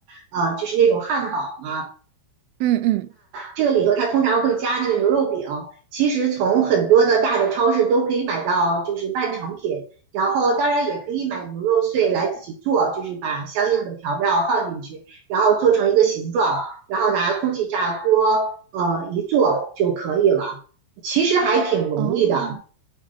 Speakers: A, on the right; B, on the right.
A: 呃，就是那种汉堡嘛、啊
B: 嗯嗯，
A: 这个里头它通常会加那个牛肉饼，其实从很多的大的超市都可以买到，就是半成品。然后当然也可以买牛肉碎来自己做，就是把相应的调料放进去，然后做成一个形状，然后拿空气炸锅呃一做就可以了。其实还挺容易的，
B: 哦，